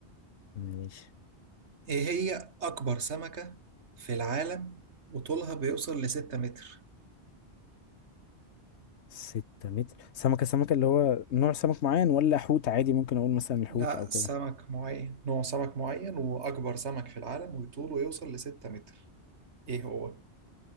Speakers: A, on the left; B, on the right.
A: ماشي
B: إيه هي أكبر سمكة في العالم وطولها بيوصل لستة متر
A: ستة متر سمكة سمكة اللي هو نوع سمك معين ولا حوت عادي ممكن أقول مثلا الحوت
B: لا
A: أو كده
B: سمك معين نوع سمك معين وأكبر سمك في العالم وطوله يوصل لستة متر ايه هو